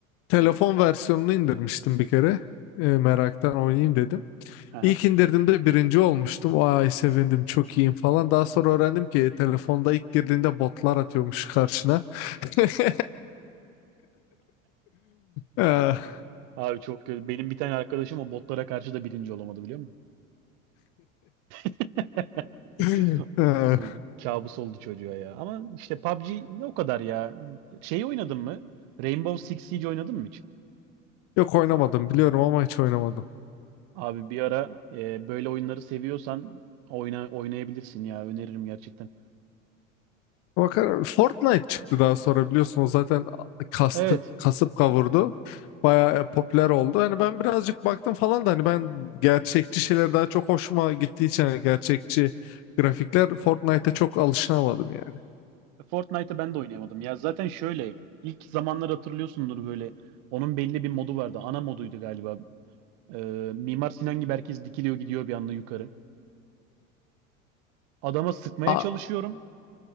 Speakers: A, on the left; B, on the right.
A: telefon
B: Hı hı.
A: versiyonunu indirmiştim bir kere. Ee, meraktan oynayayım dedim.
B: Aha.
A: İlk indirdiğimde birinci olmuştum. Ay sevindim çok iyiyim falan. Daha sonra öğrendim ki telefonda ilk girdiğinde botlar atıyormuş karşına. <laughs> Ah.
B: Abi çok kötü. Benim bir tane arkadaşım o botlara karşı da birinci olamadı biliyor musun? <laughs>
A: <laughs> Ah.
B: Ay, Kabus oldu çocuğa ya. Ama işte PUBG ne o kadar ya. Şey oynadın mı? Rainbow Six Siege oynadın mı hiç?
A: Yok oynamadım biliyorum ama hiç oynamadım.
B: Abi bir ara e, böyle oyunları seviyorsan oyna, oynayabilirsin ya. Öneririm gerçekten.
A: Bakar Fortnite çıktı daha sonra biliyorsun o zaten kastı,
B: Evet.
A: kasıp kavurdu. Bayağı e, popüler oldu. Hani ben birazcık baktım falan da hani ben gerçekçi şeyler daha çok hoşuma gittiği için hani gerçekçi grafikler Fortnite'a çok alışamadım yani.
B: Fortnite'ı ben de oynayamadım. Ya zaten şöyle ilk zamanlar hatırlıyorsundur böyle onun belli bir modu vardı. Ana moduydu galiba. Ee, Mimar Sinan gibi herkes dikiliyor gidiyor bir anda yukarı. Adama sıkmaya
A: A-
B: çalışıyorum.